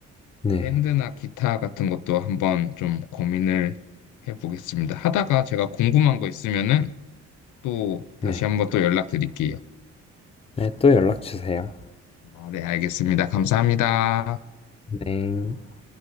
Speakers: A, on the left; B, on the left.
A: 네,
B: 밴드나 기타 같은 것도 한번 좀 고민을 해보겠습니다. 하다가 제가 궁금한 거 있으면은 또
A: 네.
B: 다시 한번 또 연락드릴게요.
A: 네, 또 연락 주세요.
B: 아, 네, 알겠습니다. 감사합니다.
A: 네.